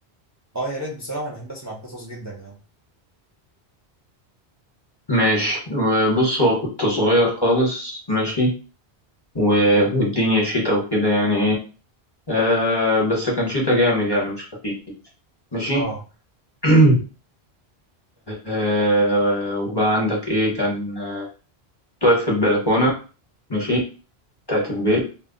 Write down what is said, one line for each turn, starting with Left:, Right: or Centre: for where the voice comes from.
Right: اه يا ريت بصراحة انا بحب اسمع القصص جدا يعني
Left: ماشي بص هو كنت صغير خالص ماشي و- والدنيا شتا وكده يعني إيه آه بس كان شتا جامد يعني مش خفيف ماشي
Right: اه
Left: <clears throat> آه وبقى عندك إيه كان آه، كنت واقف في البلكونة ماشي بتاعت البيت